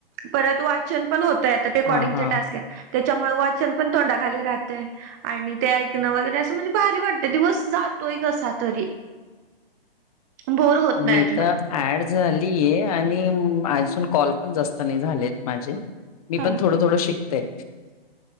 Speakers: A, on the right; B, on the left.
A: परत वाचन पण होतय. आता रेकॉर्डिंग
B: हा
A: चे
B: हा
A: टास्क आहेत. त्याच्यामुळे वाचन पण तोंडाखाली राहते. आणि ते ऐकणं वगैरे असं म्हणजे. भारी वाटत. दिवस जातोय. कसा तरी बोर होत नाही
B: मी,
A: अजिबात.
B: तर ऍड झाली आहे. आणि अजून कॉल पण जास्त नाही झालेत. माझे मी
A: हा
B: पण
A: ना.
B: थोडं थोडं शिकते.